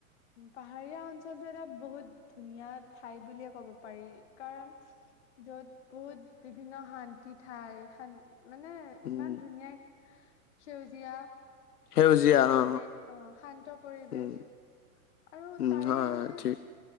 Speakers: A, on the left; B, on the left.
A: পাহাৰীয়া অঞ্চলটো এটা বহুত ধুনীয়া ঠাই বুলিয়ে ক'ব পাৰি কাৰণ যত বহুত বিভিন্ন শান্তি ঠাই শান্তি মানে
B: উম
A: ইমান ধুনীয়া সেউজীয়া
B: সেউজীয়া
A: পৰিৱেশ
B: অ
A: অ শান্ত পৰিৱেশ
B: উম
A: আৰু
B: উম
A: তাৰে
B: হয়
A: মানে
B: হয় ঠিক